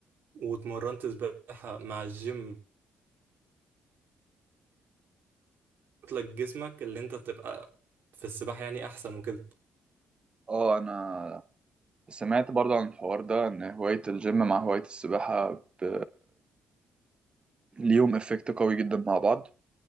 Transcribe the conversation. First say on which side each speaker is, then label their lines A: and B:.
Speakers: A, on the right (about 65°); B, on the right (about 25°).
A: واتمرنت سباحة مع الجيم لك جسمك اللي انت تبقى في السباحة يعني احسن وكده
B: آه أنا سمعت برضو عن الحوار ده إن هواية الجيم مع هواية السباحة ب... ليهم إفكت قوي جدا مع بعض